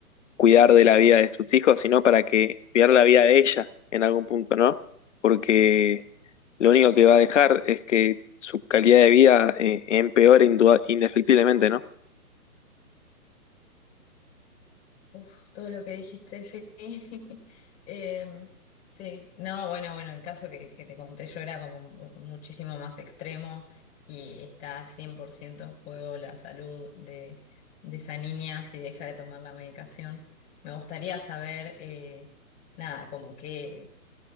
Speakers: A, on the left; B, on the left.
A: cuidar de la vida de sus hijos, sino para que cuidar la vida de ella en algún punto, ¿no? Porque lo único que va a dejar es que su calidad de vida eh, empeore indua- indefectiblemente, ¿no?
B: Uf, todo lo que dijiste, sí. <laughs> Em, sí, no, bueno, bueno, el caso que, que te conté yo era como mu- muchísimo más extremo y está 100% en juego la salud de, de esa niña si deja de tomar la medicación. Me gustaría saber, eh, nada, como que